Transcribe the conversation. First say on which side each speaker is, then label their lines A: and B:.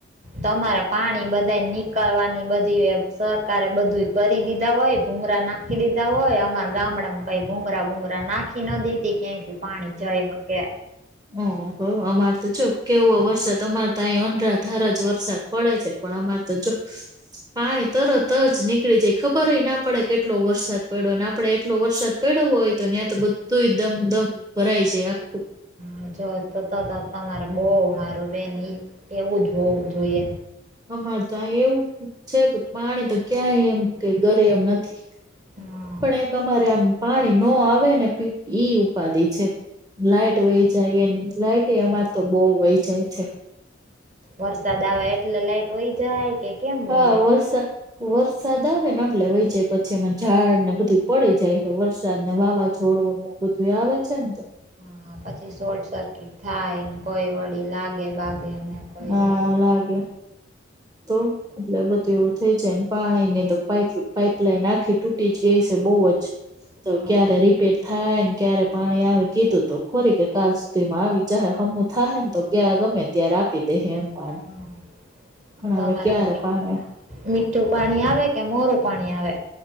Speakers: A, on the right; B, on the right.
A: તમારે પાણી બધા નીકળવાની બધી એ સરકારે બધું કરી દીધા હોય ભૂમરા ના નાખી દીધા હોય અમારે ગામડામાં કઈ ભૂગરા બુંગરા નાખી ના દેતી ક્યાંયથી પાણી જઈ શકે.
B: ઓ હવે અમાર તો જો કેવો વરસાદ અમારે તો અહી ઓંધરા ધારા જ વરસાદ પડે છે પણ અમાર ત્યાં જો પાણી તરત જ નીકળી જાય ખબર યે ના પડે કેટલો વરસાદ પડ્યો અને આપડે એટલો વરસાદ પડયો હોય તો ને્યાં તો બધું દમદમ ભરાય જાય આખું.
A: હા જો તો તમારે બો સારું બેન એવું જ હોવું જોઈએ.
B: અમારે તો અહી એવું છે કે પાણી તો ક્યાંય એમ કે ઘડે એમ નથી.
A: હા,
B: પણ એક અમારે આમ પાણી ન આવે ને ઈ ઉપાધિ છે. લાઈટ વહી જાય એ ને લાઈટ એ અમાર તા બો વહી જાય છે.
A: વરસાદ આવે એટલે લાઇટ વઈ જાય કે. કેમ
B: હા
A: વહી જાય
B: વરસા વરસાદ આવેને એટલે વહી જાય, પછી અમે ઝાડને બધું પડી જાય હે, વરસાદ ને વાવા છોડું ઐયા બધુંય આવે છે ને.
A: હા, પછી શોર્ટ સર્કિટ થાય, ને કોઈ વડી લાગે બાગે ને કોઈને
B: હા, લાગે તો એટલે બધું એવું થઈ જાયને, પાણીની તો પાપ પાઈપલાઈઇન આખી તૂટીજ ગઈ છે, બહુજ
A: હા
B: તો ક્યારે રીપેર થાયન ક્યારે પાણી આવી, કીધું તું ખોરી કે કાલ સુધી માં આવી જાહે, હમું થાહે ને તો ગે ગમે ત્યારે આપી દેહે એમ પાણ,
A: હમ
B: પણ
A: તમારે
B: હવે ક્યારે
A: મી
B: પાણી
A: મીઠું પાણી આવે કે? મોરું પાણી આવે?